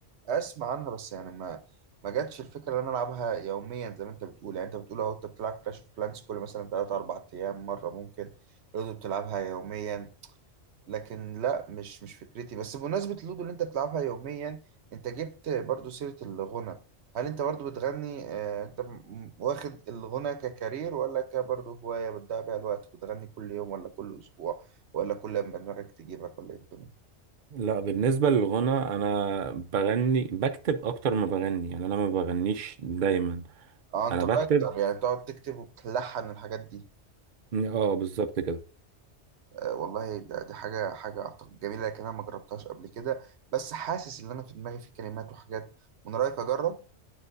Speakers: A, on the right; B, on the right.
A: اسمع عنها بس يعني ما ما جاتش الفكره ان انا العبها يوميا زي ما انت بتقول يعني انت بتقول اهو انت بتلعب كلاش اوف كلانس كل مثلا 3 4 ايام مره ممكن برضه بتلعبها يوميا لكن لا مش مش فكرتي بس بمناسبة اللودو اللي انت بتلعبها يوميا انت جبت برضو سيرة الغنى هل انت برضو بتغني آه، انت م- واخد الغنى ككارير ولا كبرضو هواية بتضيع بيها الوقت بتغني كل يوم ولا كل اسبوع ولا كل لما دماغك تجيبك ولا ايه الدنيا
B: لا بالنسبة للغنى أنا بغني بكتب أكتر ما بغني يعني أنا ما بغنيش دايما
A: اه انت
B: أنا
A: رايتر
B: بكتب
A: يعني بتقعد تكتب وبتلحن الحاجات دي
B: اه بالظبط كده
A: آه والله ده- دي حاجة حاجة اعتقد جميلة لكن انا ما جربتهاش قبل كده بس حاسس ان انا في دماغي في كلمات وحاجات من رايك اجرب